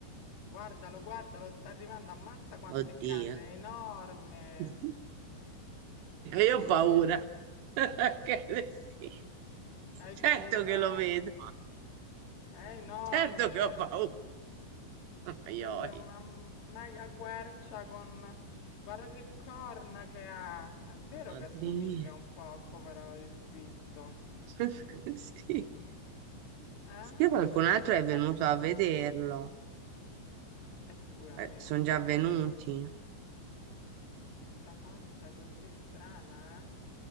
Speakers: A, on the left; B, on the right.
A: Guardalo, guardalo, sta arrivando. Ammazza quanto
B: Oddio,
A: è grande, è enorme.
B: <laughs> io ho paura.
A: Lo vedi?
B: <laughs> Che le- sì.
A: Hai
B: Certo
A: paura?
B: che lo vedo,
A: È enorme.
B: certo che ho paura. Oi,
A: Sembra
B: oi.
A: una m- mega quercia con... Guarda che corna che ha! È vero che
B: Oddio.
A: assomiglia un po' a come l'hanno descritto,
B: <laughs> Sì.
A: eh?
B: Che qualcun
A: Cioè
B: altro
A: questa...
B: è venuto a vederlo.
A: Eh, sicuramente
B: sono già
A: avrà
B: venuti.
A: avuto questa faccia così strana, eh?